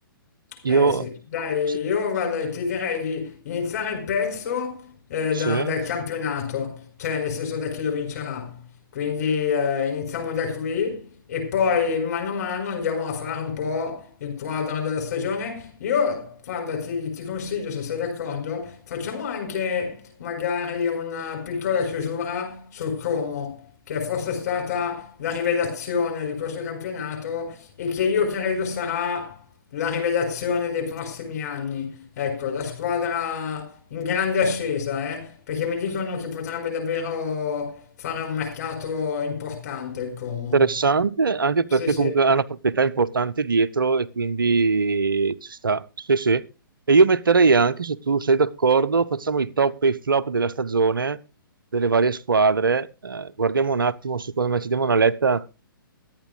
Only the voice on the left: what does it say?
Eh
sì, dai,
io guarda, ti direi di iniziare il pezzo eh,
da- dal campionato, cioè nel senso da chi lo vincerà. Quindi eh, iniziamo da qui e poi mano a mano andiamo a fare un po' il quadro della stagione. Io, guarda, ti, ti consiglio, se sei d'accordo, facciamo anche magari una piccola chiusura sul Como. che forse è forse stata la rivelazione di questo campionato e che io credo sarà la rivelazione dei prossimi anni. Ecco, la squadra in grande ascesa, eh, perché mi dicono che potrebbe davvero fare un mercato importante il Como.
Sì,
sì.